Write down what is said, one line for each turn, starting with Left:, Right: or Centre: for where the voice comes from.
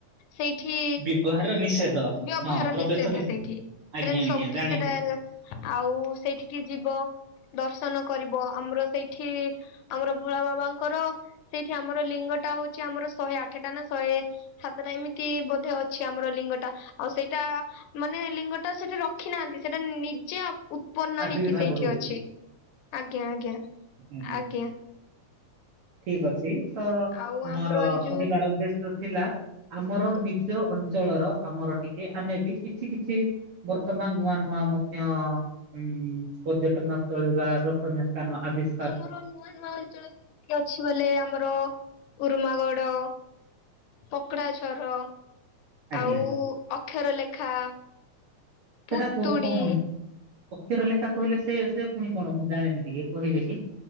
Left: ସେଇଠି
Right: ବ୍ୟବହାର ନିଷେଧ
Left: ବ୍ୟବହାର
Right: ହଁ ପ୍ରବେଶ
Left: ନିଷେଧ ସେଇଠି।
Right: ଆଜ୍ଞା
Left: ସେଟା ଯେମତି
Right: ଆଜ୍ଞା
Left: ସବୁକି
Right: ଜାଣିଛି
Left: ସେଟା। ଆଉ ସେଇଠିକି ଯିବ ଦର୍ଶନ କରିବ ଆମର ସେଇଠି। ଆମର ଭୋଳା ବାବାଙ୍କର ସେଇଠି ଆମର ଲିଙ୍ଗଟା ହଉଛି ଆମର ଶହେ ଆଠଟା ନା ଶହେ। ସାତଟା ଏମିତି ବୋଧେ ଅଛି ଆମର ଲିଙ୍ଗ ଟା ଆଉ ସେଇଟା। ମାନେ ଲିଙ୍ଗଟା ସେଠେ ରଖିନାହାନ୍ତି ସେଟା ନିଜେ ଉତ୍ପନ୍ନ
Right: ଆବିର୍ଭାବ
Left: ହେଇକି ସେଇଠି
Right: ହେଇଛି
Left: ଅଛି ଆଜ୍ଞା ଆଜ୍ଞା।
Right: ହୁଁ ହୁଁ
Left: ଆଜ୍ଞା
Right: ଠିକ୍ ଅଛି ତ
Left: ଆଉ ଆମର
Right: ମୋର
Left: ଏଇ ଯୋଉ
Right: କହିବାର ଉଦ୍ଦେ ଶ୍ୟ ଥିଲା ଆମର
Left: ଆଜ୍ଞା
Right: ନି ଜ ଅଞ୍ଚଳର ଆମର ଟିକେ ଆମେ ବି କିଛି କିଛି ବର୍ତ୍ତମାନ ନୂଆ ନୂଆ ମଧ୍ୟ। ଉଁ ପର୍ଯ୍ୟଟନ ସ୍ଥଳୀ ବା ଦର୍ଶନୀୟ ସ୍ଥାନ ଆଦି।
Left: ଆମର ନୂଆ ନୂଆ ଅଞ୍ଚଳ ସେମିତି ଅଛି ବୋଲେ ଆମର ଉରୁମାଗଡ। ପକ୍ଡାଝର।
Right: ଆଜ୍ଞା।
Left: ଆଉ ଅକ୍ଷର ଲେଖା
Right: ସେଟା
Left: ପୁତୁଡ଼ି।
Right: କ କଣ ଅକ୍ଷର ଲେଖା କହିଲେ ସେ ସେ ପୁଣି କଣ ମୁଁ ଜାଣିନି ଟିକେ କହିବେ କି?